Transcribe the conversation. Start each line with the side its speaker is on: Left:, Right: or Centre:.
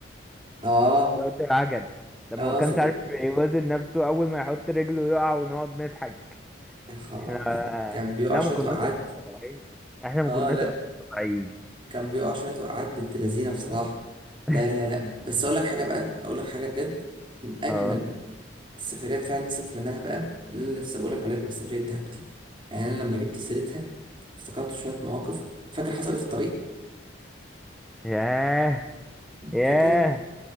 Right: اه
Centre: في وقت العجل لما
Right: اه
Centre: ما كانش
Right: صدق
Centre: عارف يوازن نفسه اول ما يحط رجله يقع ونقعد نضحك
Right: يا خرابي
Centre: احنا
Right: كان بيقع
Centre: لا
Right: شوية
Centre: ما كناش
Right: وقعات
Centre: اطفال طبيعيين احنا ما
Right: اه
Centre: كناش
Right: لا
Centre: اطفال طبيعيين
Right: كان بيقع شوية وقعات بنت لذينة بصراحة لا
Centre: <laughs>
Right: لا لا بس اقول لك حاجة بقى اقول لك حاجة بجد من اجمل
Centre: اه
Right: السفريات فعلا اللي سافرناها بقى اللي أنا لسه بقول لك عليها بقى سفرية دهب دي يعني انا لما جبت سيرتها افتكرت شوية مواقف فاكر حصل إيه في الطريق
Centre: ياه ياه
Right: فاكر